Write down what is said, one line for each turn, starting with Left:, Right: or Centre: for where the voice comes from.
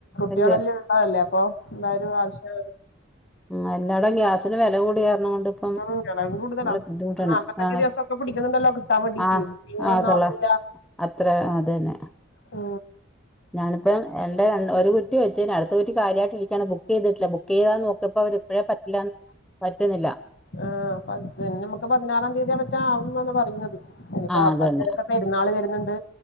Centre: അയ്യോ
Left: കുട്ടികളെല്ലാം ഉള്ളതല്ലേ അപ്പൊ എന്തായാലും ആവശ്യം
Centre: മ് എല്ലാതെ ഗ്യാസിന് വില കൂടിയാരണം കൊണ്ട് ഇപ്പം
Left: <unintelligible> കൂട്തലാ
Centre: നല്ല ബുദ്ധിമുട്ടാണ്
Left: നാല്പത്തഞ്ച്
Centre: ആ
Left: ദിവസമൊക്കെ പിടിക്കുന്നുണ്ടല്ലോ കിട്ടാൻ വേണ്ടീട്ട്
Centre: ആ
Left: <unintelligible>
Centre: ആ
Left: ഒന്നും
Centre: തൊള്ള
Left: ആവുന്നില്ല.
Centre: അത്ര അതന്നെ
Left: ഉ
Centre: ഞാനിപ്പം എന്റെ ഒരു കുറ്റി വെച്ച് ണ് അടുത്ത കുറ്റി കാലിയാ യിട്ടിരിക്കയാണ് ബ ബുക്ക് ചെയ്തിട്ടില്ല ബുക്ക് ചെയ്താന്ന് നോക്കിയപ്പോ അവരിപ്പോഴേ പറ്റില്ലാ പറ്റുന്നില്ല.
Left: ആഹ പിന്നെ നമുക്ക് പതിനാറാം തീയതിയ പറ്റാ ആവുന്നന്ന് പറയുന്നത്. ഇനിയിപ്പ
Centre: ആ അതന്നെ
Left: അതിടക്ക പെരുന്നാള് വരുന്നുണ്ട്